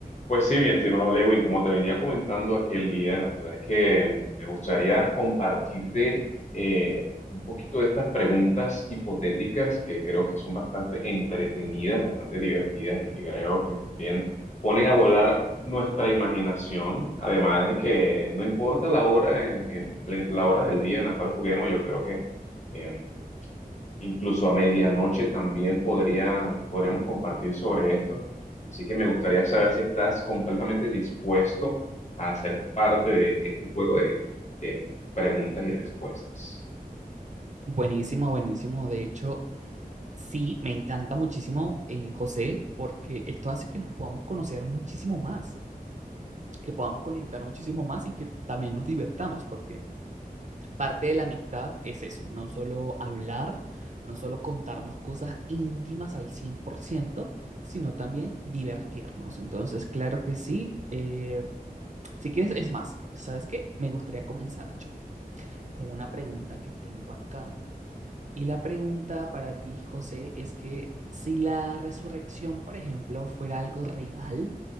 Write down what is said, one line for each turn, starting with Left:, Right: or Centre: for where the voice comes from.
Left: Pues sí, mi estimado Lewin, como te venía comentando aquel día, la verdad es que mm, me gustaría compartirte eh, un poquito de estas preguntas hipotéticas que creo que son bastante entretenidas, bastante divertidas y que creo que también ponen a volar nuestra imaginación. Además de que no importa la hora, en, en- la hora del día en la cual juguemos, yo creo que em, Incluso a medianoche también podría, podríamos compartir sobre esto. Así que me gustaría saber si estás completamente dispuesto a ser parte de este juego de, de preguntas y respuestas.
Right: Buenísimo, buenísimo. De hecho, sí, me encanta muchísimo, eh, José, porque esto hace que nos podamos conocer muchísimo más, que podamos conectar muchísimo más y que también nos divertamos, porque parte de la amistad es eso, no solo hablar, no solo contarnos cosas íntimas al 100% sino también divertirnos. Entonces, claro que sí. eh, si quieres, es más, ¿sabes qué? Me gustaría comenzar yo con una pregunta que tengo acá Y la pregunta para ti, José, es que si la resurrección, por ejemplo, fuera algo real,